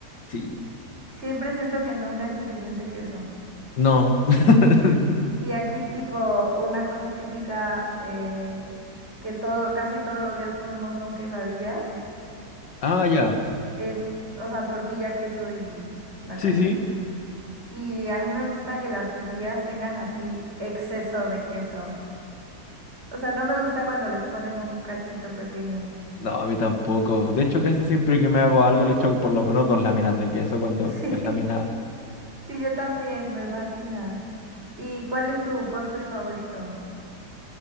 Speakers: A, on the left; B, on the right.
A: sí.
B: Siempre siento que nunca es suficiente queso.
A: No. <laughs>
B: Y aquí tipo una cosa típica eh, que todo, casi todos los días comemos son quesadillas.
A: Ah, ya.
B: Es, o sea, tortilla, queso y la
A: Sí,
B: calientas.
A: sí.
B: Y a mí me gusta que las quesadillas tengan así exceso de queso. O sea, no me gusta cuando les ponen un cachito pequeño. <laughs>
A: No, a mí tampoco. De hecho, casi siempre que me hago algo le echo por lo menos dos láminas de queso cuando
B: Sí,
A: es laminado.
B: sí, yo también, me fascina. ¿Y cuál es tu postre favorito?